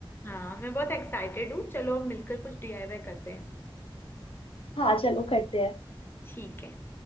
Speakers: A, on the left; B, on the left.
A: हाँ मैं बहुत एक्साइटेड हूँ चलो अब मिलकर कुछ डीआईवाई करते हैं
B: हाँ चलो करते हैं
A: ठीक है